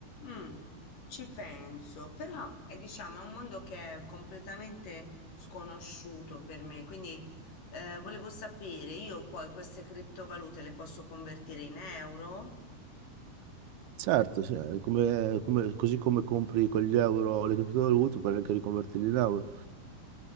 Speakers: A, on the left; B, on the right.
A: Mm. Ci penso, però eh, diciamo è un mondo che è completamente sconosciuto per me, quindi eh, volevo sapere, io poi queste criptovalute le posso convertire in euro?
B: Certo, sì, è come- come- così come compri con gli euro le criptovalute, puoi anche riconvertirli in euro.